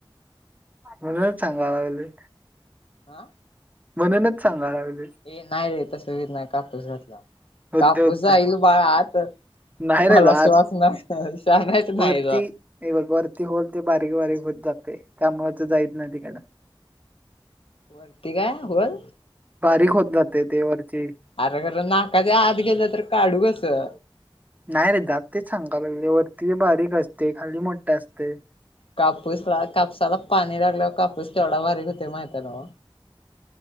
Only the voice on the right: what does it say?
म्हणूनच चांगला लागलोय.
म्हणूनच सांगाय लागलोय.
होते
होते
नाही रे
आज
वरती हे बघ वरती होल ते बारीक बारीक होत जाते त्यामाच जायच नाही तिकडं. <unintelligible>
बारीक होत जातय ते वरची.
नाही रे दात तेच सांगा बगळे वरती बारीक असते खाली मोठे असते.